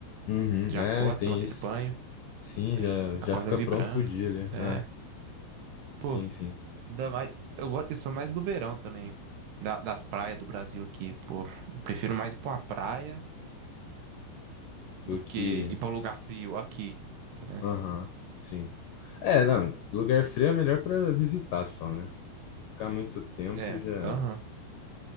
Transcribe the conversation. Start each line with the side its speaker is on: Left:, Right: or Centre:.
Left: Uhum,
Right: Já
Left: é,
Right: acorda,
Left: tem
Right: toma aquele
Left: isso.
Right: banho,
Left: Sim,
Right: né?
Left: já já
Right: Acorda
Left: fica
Right: vibrando.
Left: pronto pro dia ali.
Right: É,
Left: Ah,
Right: pô,
Left: sim, sim.
Right: ainda mais. Eu, gosto- eu sou mais do verão também, da- das praias do Brasil aqui, pô. Eu prefiro mais ir pra uma praia do
Left: Do que
Right: que ir pra um lugar frio aqui, tá, né?
Left: Aham, sim. É, não,
Right: A-
Left: lugar frio é melhor pra visitar só, né? Ficar muito tempo
Right: É,
Left: já,
Right: aham,